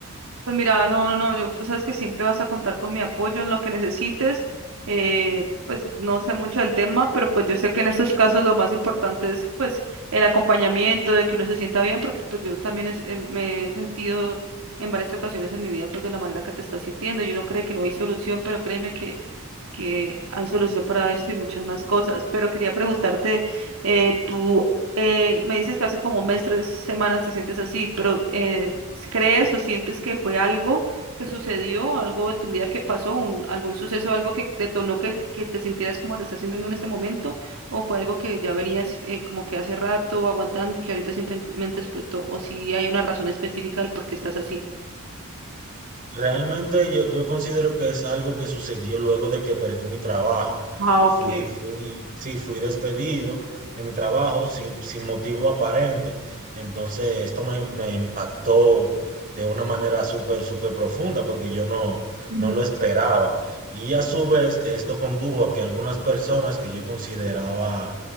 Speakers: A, on the right; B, on the right.
A: Pues mira, no, no, no, yo, tú sabes que siempre vas a contar con mi apoyo en lo que necesites. eh, pues no sé mucho del tema, pero pues yo sé que en estos casos lo más importante es pues el acompañamiento, de que uno se sienta bien, porque pues yo también es- eh, me he sentido en varias ocasiones en mi vida pues de la manera que te estás sintiendo. Y uno cree que no hay solución, pero créeme que que hay solución para esto y muchas más cosas. Pero quería preguntarte, eh, tú eh, me dices que hace como un mes, tres semanas te sientes así, pero eh, ¿crees o sientes que fue algo que sucedió, algo de tu vida que pasó, un, algún suceso, algo que detonó que, que te sintieras como te estás sintiendo en este momento? ¿O fue algo que ya venías eh, como que hace rato aguantando y que ahorita simplemente explotó? ¿O si hay una razón específica del por qué estás así?
B: Realmente yo, yo considero que es algo que sucedió luego de que perdí mi trabajo.
A: Ah,
B: Fui,
A: ok.
B: fui, sí, fui despedido de mi trabajo sin, sin motivo aparente. Entonces esto me, me impactó de una manera súper, súper profunda porque yo no,
A: Ujú,
B: no lo esperaba. Y a su vez esto condujo a que algunas personas que yo consideraba